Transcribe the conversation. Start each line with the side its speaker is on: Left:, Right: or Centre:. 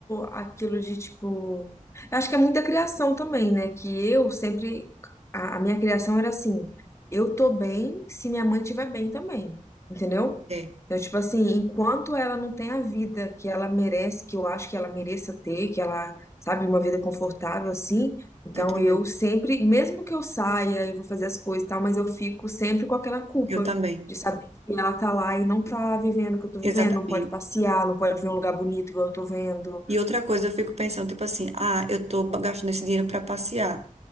Left: aquilo de tipo. eu Acho que é muita criação também, né? Que eu sempre. A, a minha criação era assim: eu tô bem se minha mãe estiver bem também, entendeu?
Right: É,
Left: Então, tipo assim, enquanto ela não tem a vida que ela merece, que eu acho que ela mereça ter, que ela, sabe, uma vida confortável assim. Então,
Right: tô entendendo.
Left: eu sempre, mesmo que eu saia e vou fazer as coisas e tal, mas eu fico sempre com aquela culpa.
Right: Eu também.
Left: De saber E ela tá lá e não tá vivendo o que eu tô
Right: Exatamente.
Left: vivendo, não pode passear, não pode ver um lugar bonito igual eu tô vendo.
Right: E outra coisa, eu fico pensando, tipo assim, ah, eu tô gastando esse dinheiro pra passear.